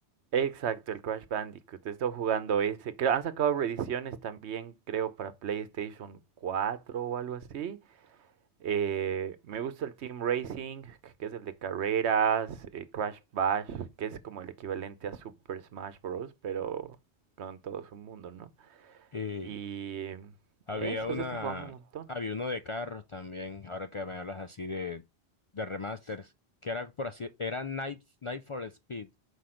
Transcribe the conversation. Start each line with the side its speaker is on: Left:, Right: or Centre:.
Right: Exacto, el Crash Bandicoot. He estado jugando ese. Creo- han sacado reediciones también, creo, para PlayStation 4 o algo así. Eh, me gusta el Team Racing, que es el de carreras, eh, Crash Bash, que es como el equivalente a Super Smash Bros., pero con todo su mundo, ¿no?
Left: Y
Right: Y
Left: había
Right: eso,
Left: una,
Right: o sea, esto jugando un montón.
Left: había uno de carros también, ahora que me hablas así de, de remasters, que era por así, era Night, Night for Speed. O